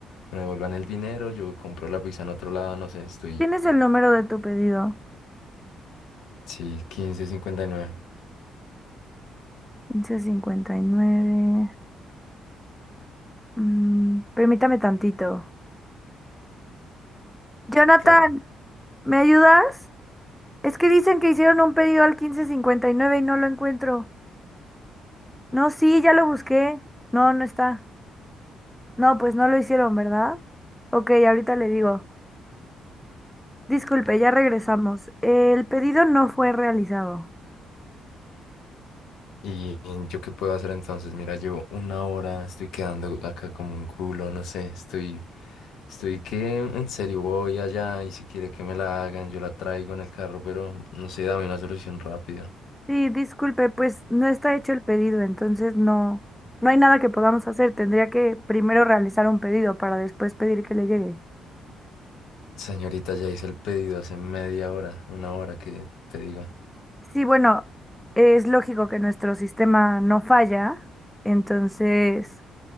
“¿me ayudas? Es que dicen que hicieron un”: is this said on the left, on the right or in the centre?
Centre